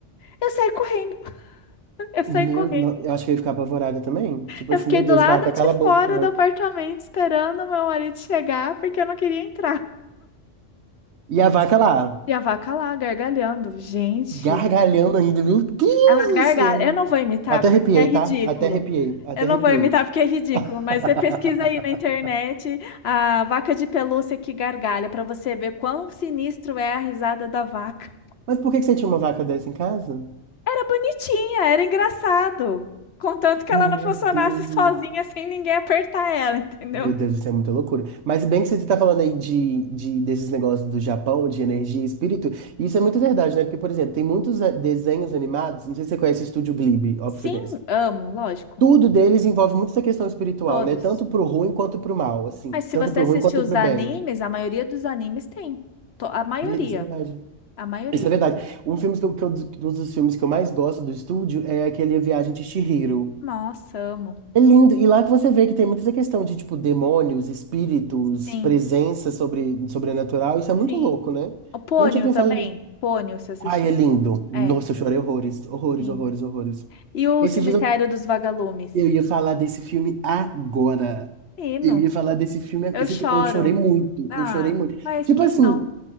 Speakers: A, on the left (about 60°); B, on the right (about 65°).
A: Eu saí correndo, <laughs> eu saí
B: Meu,
A: correndo.
B: no- eu acho que eu ia ficar apavorada também. Tipo
A: Eu
B: assim,
A: fiquei
B: meu
A: do
B: Deus,
A: lado
B: vaca, cala
A: de
B: a boca.
A: fora do apartamento esperando o meu marido chegar porque eu não queria entrar.
B: E a vaca lá,
A: E a vaca lá gargalhando. Gente,
B: gargalhando ainda, meu Deus
A: ela gargalha.
B: do céu.
A: Eu não vou imitar
B: Até
A: porque
B: arrepiei,
A: é ridículo.
B: tá? Até arrepiei, até
A: Eu não
B: arrepiei.
A: vou imitar porque é ridículo,
B: <laughs>
A: mas você pesquisa aí na internet a vaca de pelúcia que gargalha para você ver quão sinistro é a risada da vaca.
B: Mas por que que você tinha uma vaca dessa em casa?
A: Era bonitinha, era engraçado. Contanto que
B: Meu
A: ela não funcionasse
B: Deus.
A: sozinha sem ninguém apertar ela, entendeu?
B: Meu Deus, isso é muita loucura. Mas bem que você está falando aí de, de- desses negócios do Japão, de energia e espírito, isso é muito verdade, né? Porque, por exemplo, tem muitos
A: Sim,
B: eh, desenhos animados, não sei se você conhece o Estúdio Ghibli, óbvio
A: Sim,
B: que você conhece.
A: amo, lógico.
B: Tudo deles envolve muito essa questão espiritual,
A: Todos.
B: né? Tanto pro ruim quanto pro mal, assim.
A: Mas se
B: Tanto
A: você
B: pro
A: assistir
B: ruim quanto
A: os
B: pro
A: animes,
B: bem.
A: a maioria dos animes tem. To- A maioria.
B: Isso é verdade.
A: A maioria.
B: Isso é verdade. Um filme que eu, que eu- um dos filmes que eu mais gosto do estúdio é aquele A Viagem de Chihiro.
A: Nossa, amo.
B: É lindo. E lá que você vê que tem muita essa questão de, tipo, demônios, espíritos,
A: Sim,
B: presença sobre, sobrenatural. Isso é muito
A: sim.
B: louco, né?
A: O Pônio
B: Não tinha pensado
A: também.
B: nisso.
A: Pônio, você assistiu?
B: Ai, é lindo. Nossa,
A: É,
B: eu chorei horrores. Horrores,
A: sim.
B: horrores, horrores.
A: E o
B: Esses
A: Cemitério
B: dias
A: dos Vagalumes?
B: Eu ia falar desse filme agora.
A: Menino,
B: Eu ia falar desse filme.
A: eu
B: Esse,
A: choro.
B: fi- eu chorei muito.
A: Ah,
B: Eu chorei muito.
A: mas
B: Tipo
A: quem
B: assim,
A: não?